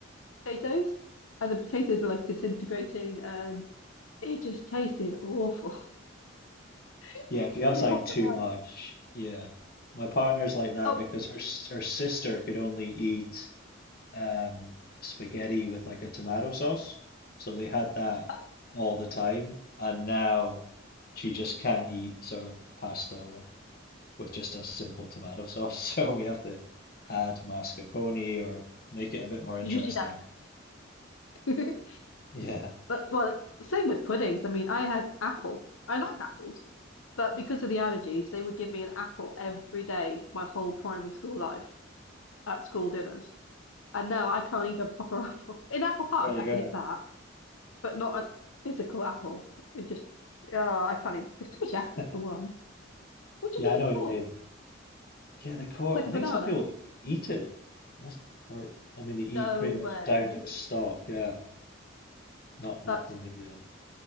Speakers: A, on the left; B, on the left.
A: potatoes, and the potatoes were like disintegrating, and it just tasted awful, <laughs>
B: Yeah,
A: and it
B: if you
A: put
B: have
A: me
B: something
A: off
B: too
A: for life.
B: much, yeah. My partner's like that
A: Oh,
B: because her s- her sister could only eat um, spaghetti with like a tomato sauce. So they had that
A: oh,
B: all the time, and now she just can't eat sort of pasta with with just a simple tomato sauce. <laughs> So we have to add mascarpone or make it a bit more interesting.
A: zhuzh it up. <laughs>
B: Yeah,
A: But well, same with puddings. I mean, I had apple. I like apples, but because of the allergies, they would give me an apple every day for my whole primary school life. at school dinners. And now I can't eat a proper <laughs> apple. In apple pie,
B: there you
A: I
B: go.
A: can eat that, but not a physical apple. It just, oh, I can't even. It's too much effort
B: <laughs>
A: for one. What do
B: Yeah,
A: you do
B: I
A: with
B: know what
A: the core?
B: you mean. Yeah, the core.
A: It's like
B: I
A: a
B: think
A: banana.
B: some people eat it. That's, or I mean, they eat
A: No
B: pretty much
A: way.
B: down to the stalk. Yeah, not not
A: That's
B: for me though.